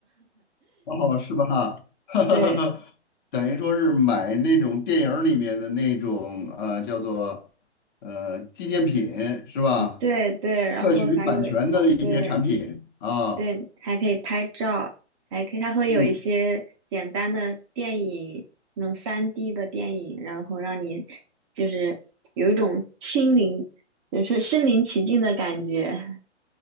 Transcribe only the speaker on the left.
哦，是吧？<laughs>
等于说是买那种电影儿里面的那种呃，叫做呃纪念品是吧？
特许版权的一些产品啊，
嗯，